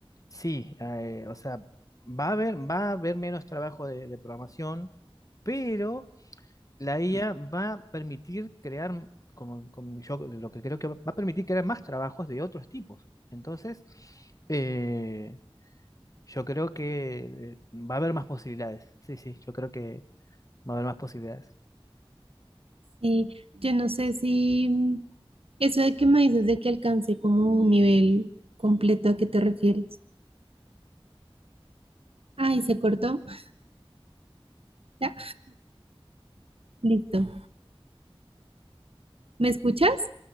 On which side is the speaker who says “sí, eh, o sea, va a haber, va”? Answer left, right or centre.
Left